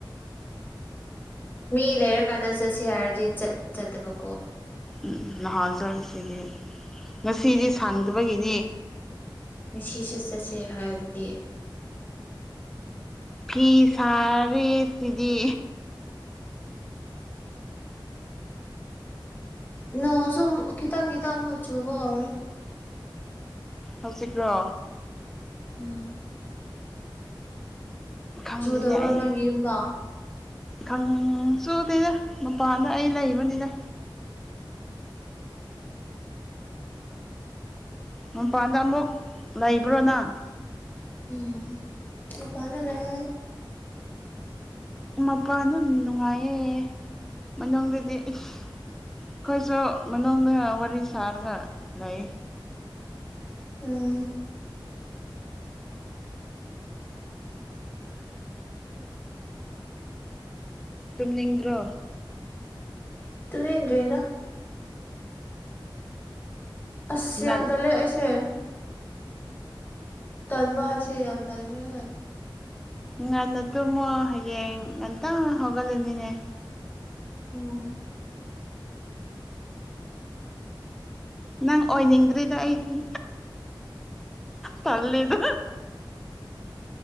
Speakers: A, on the left; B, in the centre.
A: ꯃꯤ ꯂꯩꯔꯀꯥꯟꯗ ꯆꯠꯁꯤ ꯍꯥꯏꯔꯗꯤ ꯆꯠꯇꯕꯀꯣ
B: ꯎꯝ ꯅꯍꯥ ꯆꯠꯁꯤꯗꯤ ꯉꯁꯤꯗꯤ ꯁꯪꯗꯕꯒꯤꯅꯤ
A: ꯉꯁꯤꯁꯨ ꯆꯠꯁꯦ ꯍꯥꯏꯔꯗꯤ
B: ꯐꯤ ꯁꯥꯔꯤꯁꯤꯗꯤ
A: ꯅꯣꯡꯁꯨꯨ ꯃꯨꯛ ꯈꯤꯇꯪ ꯈꯤꯇꯪ ꯃꯨꯛ ꯆꯨꯕ ꯍꯧꯔꯦ
B: ꯍꯧꯖꯤꯛꯂꯣ
A: ꯎꯝ
B: ꯈꯪꯗꯦꯅꯦ
A: ꯆꯨꯗꯕ꯭ꯔꯣ
B: ꯑꯩ
A: ꯅꯪꯒꯤ ꯌꯨꯝꯗꯣ
B: ꯈꯪ ꯆꯨꯗꯦꯗ ꯃꯄꯥꯟꯗ ꯑꯩ ꯂꯩꯕꯅꯤꯗ ꯃꯄꯥꯟꯗ ꯑꯃꯨꯛ ꯂꯩꯕ꯭ꯔꯣ ꯅꯪ
A: ꯎꯝ ꯃꯄꯥꯟꯗ ꯂꯩꯌꯦ
B: ꯃꯄꯥꯥꯟ ꯑꯗꯨꯝ ꯅꯨꯡꯉꯥꯏꯌꯦ ꯃꯅꯨꯡꯗꯗꯤ ꯑꯁ ꯑꯩꯈꯣꯏꯁꯨ ꯃꯅꯨꯡꯗ ꯋꯥꯔꯤ ꯁꯥꯔꯒ ꯂꯩꯌꯦ
A: ꯎꯝ
B: ꯇꯨꯝꯅꯤꯡꯗ꯭ꯔꯣ
A: ꯇꯨꯝꯅꯤꯡꯗ꯭ꯔꯤꯗ ꯑꯁ
B: ꯉꯟ
A: ꯌꯥꯝ ꯇꯜꯂꯦ ꯑꯩꯁꯦ ꯇꯟꯕ ꯍꯥꯏꯁꯦ ꯌꯥꯝ ꯇꯜꯂꯦ
B: ꯉꯟꯅ ꯇꯨꯝꯃꯣ ꯍꯌꯦꯡ ꯉꯟꯇꯥ ꯍꯧꯒꯠꯂꯅꯤꯅꯦ
A: ꯎꯝ
B: ꯅꯪ ꯑꯣꯏꯅꯤꯡꯗ꯭ꯔꯦꯗ ꯑꯩꯁꯦ ꯇꯜꯂꯦꯗ